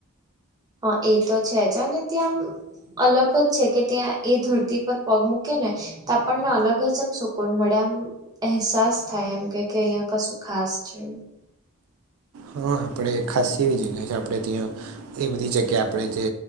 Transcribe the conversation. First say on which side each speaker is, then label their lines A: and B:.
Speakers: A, on the right; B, on the right.
A: હા એ તો છે જ અને ત્યાં આમ અલગ જ છે કે ત્યાં એ ધરતી પર પગ મૂકે ને તો આપણને અલગ જ આમ સુકુન મળે આમ અહેસાસ થાય એમ કે કે અહિયાં કશું ખાસ છે એ
B: હા આપણે ખાસી એવી જગ્યાએ છે આપણે ત્યાં એ બધી જગ્યાએ આપણે જે